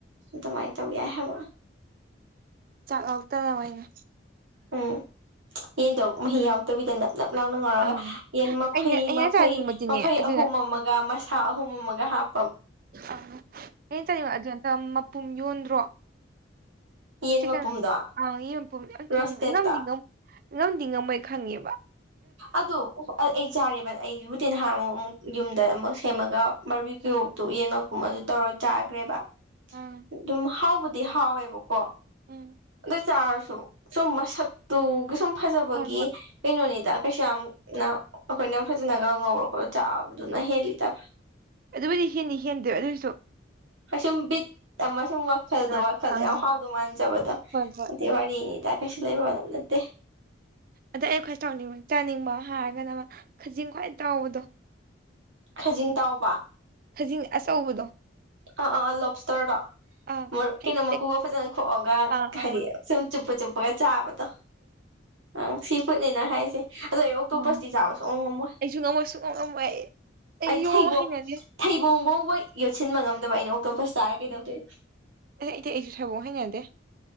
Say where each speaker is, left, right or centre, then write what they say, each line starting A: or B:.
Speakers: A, on the right; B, on the right.
A: ꯇꯃꯥꯏ ꯇꯧꯧꯕ ꯌꯥꯏ ꯍꯥꯏꯦꯕ
B: ꯆꯥꯛꯂ ꯇ ꯇ ꯃꯅꯤ
A: ꯎꯝ ꯌꯦꯟ ꯇꯣ ꯃꯍꯤ ꯌꯥꯎꯗꯕꯤꯗꯅ ꯂꯞ ꯂꯥꯡꯅ ꯉꯧꯔꯒ
B: ꯑꯥ
A: ꯌꯦꯟ ꯃꯐꯩ
B: ꯑꯩꯅ ꯑꯩꯅ
A: ꯃꯐꯩ
B: ꯆꯥꯅꯤꯡꯕꯗꯤꯅꯦ
A: ꯃꯐꯩ
B: ꯑꯗꯨꯅ
A: ꯑꯍꯨꯝ ꯑꯃꯒ ꯍ ꯍꯃꯣ ꯃꯒ ꯍꯥꯞ
B: ꯑ ꯑꯩꯅ ꯆꯠꯅꯤꯡꯕ ꯑꯗꯨ ꯑꯝꯇ ꯃꯄꯨꯝ ꯌꯣꯟꯗ꯭ꯔꯣ
A: ꯌꯦꯟ
B: ꯆꯤꯀꯟ
A: ꯃꯄꯨꯝꯗꯣ
B: ꯑ ꯌꯦꯝꯄꯨꯝ ꯌꯥꯝ
A: ꯔꯣꯁꯇꯦꯠꯇ
B: ꯆꯥꯅꯤꯡ ꯉꯝꯗꯤ ꯉꯝ <inaudible> ꯉꯝꯗꯤ ꯉꯝꯃꯣꯏ ꯑꯩ ꯈꯪꯉꯦꯕ
A: ꯑꯗꯨ ꯑꯩ ꯆꯥꯔꯦꯕ ꯑꯩꯕꯨꯗꯤ ꯅꯍꯥꯟꯃꯨꯛ ꯑꯃꯨꯛ ꯌꯨꯝꯗ ꯑꯃꯨꯛ ꯁꯦꯝꯃꯒ ꯕꯔꯕꯨꯀꯌ꯭ꯨ ꯇꯨ ꯌꯦꯟ ꯃꯄꯨꯝ ꯑꯗꯨ ꯇꯧꯔ ꯆꯥꯒꯔ꯭ꯦ ꯕ
B: ꯑꯥ
A: ꯑꯗꯨꯝ ꯍꯥꯎꯕꯨꯗꯤ ꯍꯥꯎꯋꯦꯕꯀꯣ
B: ꯎꯝ
A: ꯆꯥꯥꯔꯁꯨ ꯁꯨꯝ ꯃꯁꯛꯇꯨꯒꯤ ꯁꯨꯝ ꯐꯖꯕꯒꯤ
B: ꯍꯣꯏ ꯍꯣꯏ
A: ꯀꯩꯅꯣꯅꯦ ꯀꯩꯁꯨꯥ ꯌꯥꯝꯅ ꯑꯩꯈꯣꯏꯅ ꯐꯖꯅꯒ ꯉꯧꯔꯣ ꯈꯣꯠꯂꯣ ꯆꯥꯕꯗꯨꯅ ꯍꯦꯜꯂꯤ ꯇ
B: ꯑꯗꯨꯕꯨꯗꯤ ꯍꯦꯟꯅꯤ ꯍꯦꯟꯗ ꯑꯗꯨꯑꯣꯏꯁꯨ <inaudible>
A: ꯑꯁꯨꯝ ꯕꯤꯠ ꯑꯃ ꯁꯨꯝ ꯋꯥꯈꯜꯗꯣ
B: ꯑꯥ
A: ꯋꯥꯈꯜꯗꯣ
B: ꯑꯥ
A: ꯌꯥꯝ ꯍꯥꯎꯗꯧ ꯃꯥꯟꯖꯕꯗꯣ
B: ꯍꯣꯏ ꯍꯣꯏ
A: ꯑꯗꯨꯏ ꯋꯥꯔꯤꯅꯤ ꯇꯀꯁꯨ ꯂꯩꯕ
B: ꯎꯝ
A: ꯋꯥ ꯅꯠꯇꯦ <inaudible>
B: ꯑꯗ ꯑꯩ ꯈ꯭ꯋꯥꯏ ꯆꯥꯎꯅꯤꯡꯕ ꯆꯥꯅꯤꯡꯕ ꯍꯥꯏꯔꯒꯅ ꯑꯃ ꯈꯖꯤꯡ ꯈ꯭ꯋꯥꯏ ꯆꯥꯎꯕꯗꯣ
A: ꯈꯖꯤꯡ ꯇꯥꯎꯕ
B: ꯈꯖꯤꯡ ꯑꯆꯧꯕꯗꯣ
A: ꯑꯥ ꯑꯥ ꯂꯣꯞꯁꯇꯔꯗꯣ
B: ꯑꯥ
A: ꯃꯔꯨ
B: ꯍꯥꯏꯗꯤ
A: ꯀꯩꯅꯣ ꯃꯀꯨꯒ ꯐꯖꯅ ꯈꯣꯛꯑꯒ
B: ꯑꯥ
A: ꯍꯥꯏꯗꯤ
B: ꯑꯥ
A: ꯁꯨꯝ ꯆꯨꯞꯄ ꯆꯨꯞꯄꯒ ꯆꯥꯕꯗꯣ ꯑꯪ ꯁꯤ ꯐꯨꯠꯅꯤꯅ ꯍꯥꯏꯁꯦ ꯑꯗꯣ ꯑꯩ ꯑꯣꯛꯇꯣꯄꯁꯇꯤ
B: ꯎꯝ
A: ꯆꯥꯕ ꯁꯨꯛꯉꯝ ꯉꯝꯃꯣꯏ
B: ꯑꯩꯁꯨ ꯉꯝꯃꯣꯏ ꯁꯨꯡꯉꯝ ꯉꯝꯃꯣꯏ
A: ꯑꯩ
B: ꯌꯨꯉꯝ
A: ꯊꯩꯕꯣꯡ
B: ꯍꯩꯅꯗꯦ
A: ꯊꯩꯕꯣꯡ ꯕꯣꯡꯕꯥꯎ ꯌꯣꯠꯁꯤꯟꯕ ꯉꯝꯗꯕ ꯑꯩꯅ ꯑꯣꯛꯇꯣꯄꯁ ꯆꯥꯔ ꯀꯩꯗꯧꯗꯣꯏꯟ
B: ꯑꯦ ꯏꯊꯦ ꯑꯩꯁꯨ ꯊꯩꯕꯣꯡ ꯍꯥꯏꯅꯗꯦ